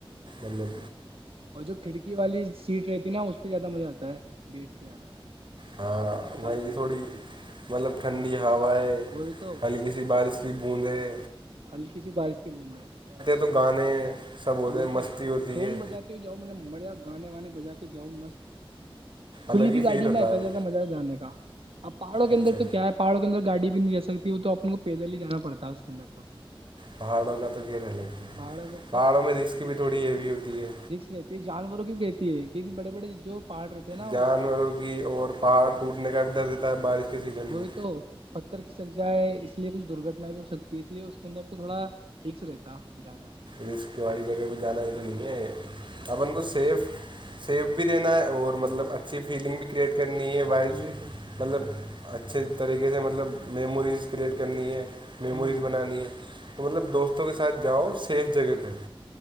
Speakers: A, on the right; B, on the right.
A: الل
B: اور جو کھڑکی والی سیٹ رہتی نا اس زیادہ مزہ آتا ہے بیٹھ کے جانے میں
A: ہاں
B: اس کے پاس
A: وہیں
B: کھڑکی
A: تھوڑی
B: رہتی
A: مطلب ٹھنڈی ہوا ہے
B: وہ بھی تو
A: ہلکی سی بارش کی بوند ہے
B: ہلکی سی بارش کی بند ہے
A: تو گانے سب ہوتے
B: وہئی
A: ہیں
B: تو
A: مستی ہوتی
B: سونگ
A: ہے
B: بجاتی ہو جؤ م نے مریا گانے وانے بجا کے جاؤ مست کھلی
A: الگ
B: بھیئی
A: ہی فیل
B: گاڑی
A: ہوتا
B: میں اتنا
A: ہے وہ
B: زیادہ مزہ جانے کا آ پہاڑ کے
A: اچھا
B: اندر تو کیا ہے پہاڑ کے انر گاڑی بھی نہیں جا سکتی وہ تو اپنے کو پیدل ہی جانا پڑتا ہے اس کے اندر تو
A: پہاڑوںو کا تو لگ
B: پہاڑوں کے اوپر
A: پہاڑوں میں رسک بھی تھوڑی ہیوی ہوتی ہے
B: رکس رہتی ہے جانوروں کی رتی ہے کسی بڑے بڑے جو پہاڑ رہتے ہیں نا
A: جانوروں
B: وہ
A: کی اور پہاڑ ٹوٹنے کا اندر ہے بارش کے سیزن
B: وہی
A: میں
B: تو ر کھسک جائے اس لیے کچھ درگٹنا بھی ہو سکتی ہے اس لیے اس کے اندر تو تھوڑا ٹھیک سے رہتا جانا ہے۔
A: رسق والی جگہ پہ جانا ہے تو نہیں ہے
B: وہی
A: آپ کو
B: تو
A: سف سف دینا ہے اور مطلب اچھی فیلنگ بھی کریئٹ کر نہیں ہے وائف
B: وہی تو
A: مطلب اچھے طریقے سے مطلب میموریز کریئٹ کرنی ہے
B: ہوں
A: میموریز بنانی ہے تو مطلب
B: وہی
A: دوستوں
B: تو
A: کے ساتھ جاؤ سیف جگہ پہ